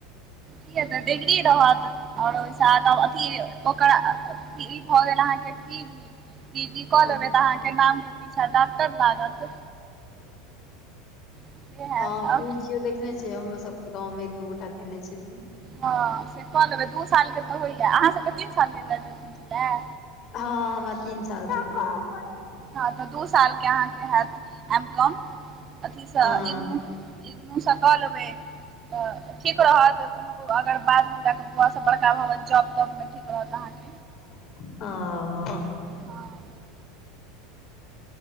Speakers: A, on the right; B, on the left.
A: की हेतय डिग्री रहत और ओय साथ अब अथी ओकरा अ-अ ई भऽ गेल अहाँके पी जी। पी जी कऽ
B: हँ
A: लेबै तऽ अहाँके नाम के पीछा डाक्टर लागत। से हैत
B: हां पी
A: आओर
B: जी यो देख देखने छीयै हमरो सबके गाँव मे एक दू गोटा केनय छथिन।
A: हां से कऽ लेबै दू सालके तऽ होय यै अहाँ सबके तीन सालके ग्रेजुऐशन छलय यै।
B: हां हमरा तीन साल के <unintelligible>
A: हां तै दू साल के अहाँके हैत एम कम अथी से
B: हँ
A: इग्नू इग्नु से कऽ लेबै तऽ ठीक रहत कुनु अगर बाद मे जाए के बौआ सब बड़का भ गेल जॉब-तॉब मे तऽ ठीक रहत अहाँके।
B: औ
A: हां।